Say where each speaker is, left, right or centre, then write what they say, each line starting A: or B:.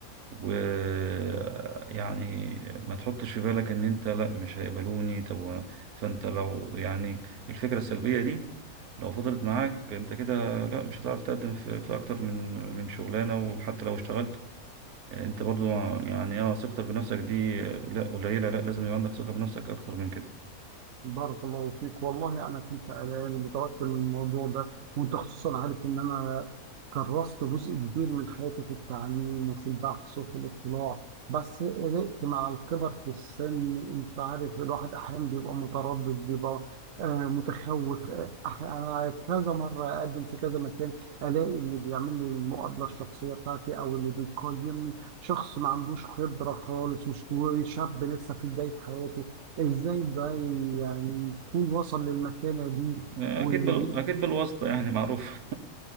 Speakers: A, on the right; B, on the right.
A: ويعني ما تحطش في بالك ان انت لا مش هيقبلوني طب فانت لو يعني الفكرة السلبية دي لو فضلت معاك انت كده لا مش هتعرف تقدم في, في اكتر من من شغلانة وحتى لو اشتغلت انت برضو يعني اه ثقتك بنفسك دي لا قليلة لا لازم يبقى عندك ثقة بنفسك اكتر من كده
B: بارك الله فيك والله انا كنت قلقان ومتوتر من الموضوع ده وانت خصوصا عارف ان انا كرست جزء كبير من حياتي في التعليم وفي البحث وفي الاطلاع بس قلقت مع الكبر في السن انت عارف الواحد احيانا بيبقى متردد بيبقى آه، متخوف آه، أح- انا كذا مره اقدم في كذا مكان الاقي اللي بيعمل لي المقابله الشخصيه بتاعتي او اللي بيقيمني شخص ما عندوش خبره خالص وشاب لسه في بدايه حياته ازاي ده يعني يكون وصل للمكانة دي
A: اكيد
B: ويعني
A: بال... اكيد بالواسطة يعني معروف